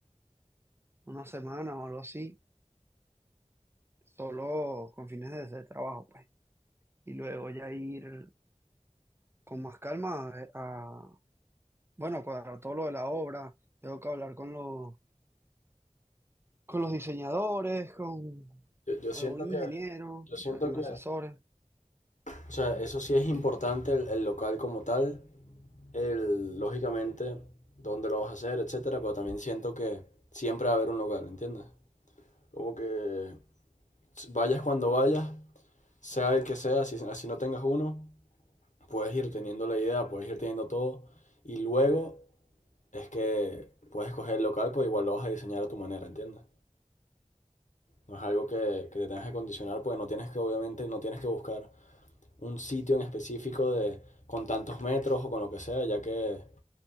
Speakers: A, on the right; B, on the left.
A: una semana o algo así, solo con fines de, de trabajo, pues. Y luego ya ir con más calma a, a- bueno, cuadrar todo lo de la obra. Tengo que hablar con los con los diseñadores, con
B: Yo, yo
A: algún
B: siento que...
A: ingeniero
B: Yo siento
A: para que me
B: que...
A: asesore.
B: O sea, eso sí es importante el, el local como tal, el, lógicamente, dónde lo vas a hacer, etcétera, pero también siento que siempre va a haber un lugar, ¿entiendes? Como que vayas cuando vayas, sea el que sea, si, si no tengas uno, puedes ir teniendo la idea, puedes ir teniendo todo, y luego es que puedes escoger el local, pues igual lo vas a diseñar a tu manera, ¿entiendes? No es algo que, que te tengas que condicionar, pues no tienes que, obviamente, no tienes que buscar un sitio en específico de con tantos metros o con lo que sea, ya que